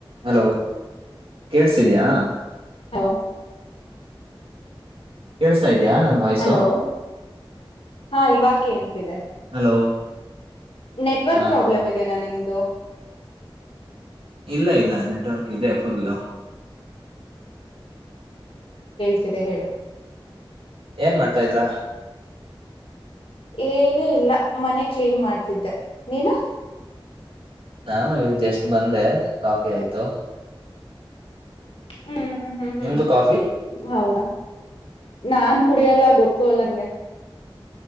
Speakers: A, on the right; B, on the left.
A: Hello ಕೇಳ್ಸಿದಯಾ.
B: ಹ.
A: ಕೇಳಸ್ತಾಯ್ತು. ಇದ್ಯಾ ನನ್ ವಾಯ್ಸು
B: ಹಲೋ ಹಾ ಇವಾಗ ಕೇಳ್ತಿದೆ
A: ಹಲೋ.
B: ನೆಟ್ವರ್ಕ್
A: ಹಾ
B: ಪ್ರಾಬ್ಲಮ್
A: ಹಾ
B: ಇದದೆನಾ ನಿದು.
A: ಇಲ್ಲ ಇಲ್ಲ ನೆಟ್ವರ್ಕ್ ಇದೆ ಫುಲ್ಲ.
B: ಸ್ಿದೆ ಹೇಳು.
A: ಏನ್ ಮಾಡ್ತಾ ಇದ್ರ.
B: ಏನುೂ ಇಲ್ಲ ಮನೆ ಕ್ಲೀನ್ ಮಾಡ್ತಿದ್ದೆ ನೀನು.
A: ನಾ ಇವ ಜಸ್ಟ್ ಬಂದೆ ಕಾಫಿ ಆಯ್ತು.
B: ಹ್ಮ್ ಹ್ಮ್ ಹ್ಮ್
A: ನಿಮ್ದು
B: ಹ್ಮ್
A: ಕಾಫಿ
B: ಹೌದಾ ನಾನ್ ಕುಡಿಯಲ್ಲ. ಗೊತ್ತ ಅಲ್ಲಂಗೆ.